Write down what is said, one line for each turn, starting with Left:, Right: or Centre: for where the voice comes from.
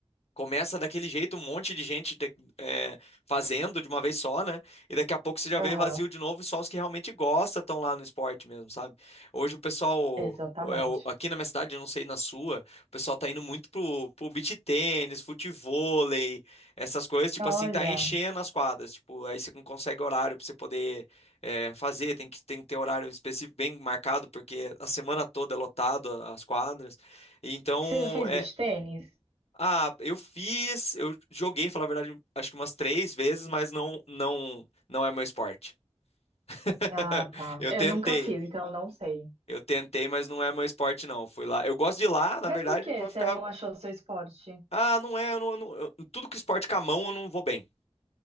Left: Começa daquele jeito, um monte de gente de- é, fazendo de uma vez só, né? E daqui a pouco você já
Right: Aham.
Left: vê vazio de novo e só os que realmente gostam estão lá no esporte mesmo, sabe? Hoje o pessoal,
Right: Exatamente.
Left: é, o- aqui na minha cidade, eu não sei na sua, o pessoal tá indo muito pro, pro beach tênis, futevôlei, essas coisas, tipo
Right: Olha,
Left: assim, tá enchendo as quadras. Tipo, aí você não consegue horário pra você poder é, fazer, tem que, tem que ter horário específico bem marcado, porque a semana toda é lotado a- as quadras. E Então,
Right: você já fez
Left: é
Right: beach tênis?
Left: ah, eu fiz, eu joguei, falar a verdade, acho que umas três vezes, mas não, não, não é meu esporte. <laughs>
Right: Ah, tá.
Left: Eu
Right: Eu
Left: tentei,
Right: nunca fiz, então eu não sei.
Left: eu tentei, mas não é meu esporte não. Fui lá, eu gosto de ir lá, na
Right: Mas
Left: verdade,
Right: por que
Left: pra
Right: você
Left: ficar,
Right: não achou o seu esporte?
Left: ah, não é, eu não, eu não- eu- tudo que esporte com a mão eu não vou bem.